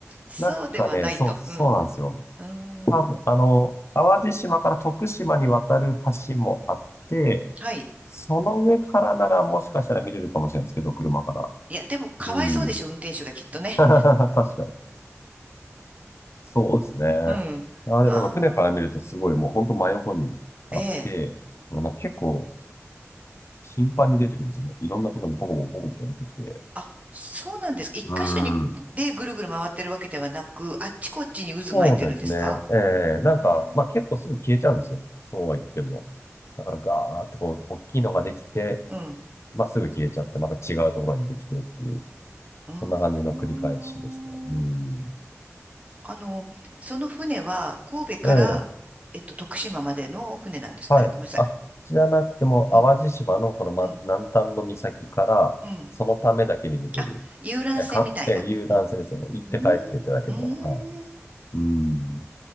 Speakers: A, on the right (about 25°); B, on the left (about 60°).
A: そうではないと。
B: なんかね、そう、そうなんですよ。
A: うん。うー
B: 多分、
A: ん。
B: あの、淡路島から徳島に渡る橋もあって、
A: はい。
B: その上からならもしかしたら見れるかもしれないんですけど、車から。
A: いや、でも、かわいそうでしょ、
B: うん。
A: 運転手がきっとね。
B: <laughs> 確かに。そうですね。
A: うん。
B: いや、でもやっぱ船から見るとすごいもう本当真横にあって、
A: ああ、ええ。
B: まあなんか結構頻繁に出てくるんですよね。いろんなところにポコポコポコポコ出てきて。
A: あ、そうなんですか。一箇所にでぐるぐる回ってるわけではなく、
B: うん。
A: あっちこっちに渦巻いてるんですか
B: そうですね。ええなんか、
A: ええ。
B: まあ結構すぐ消えちゃうんですよ。そうは言っても。だからガーってこう、大きいのができて、
A: うん。
B: まあすぐ消えちゃって、また違うところにできてっていう、
A: うー
B: こんな感じの繰り返しですね。
A: ん。
B: うん。
A: あの、その船は、神戸から、
B: ええ
A: えっと、徳島までの船なんですかあれ、
B: はい。
A: ごめんなさい。
B: あ、じゃなくても、淡路島のその、
A: うん、
B: ま、
A: うん、
B: 南端の岬から、
A: うん。
B: そのためだけに出てる、
A: あ、遊覧船みたいな。
B: え、か、え、遊覧船ですよね。
A: うん、
B: 行って帰ってってだけど、
A: うーん、う
B: はい。
A: ーん。
B: うん。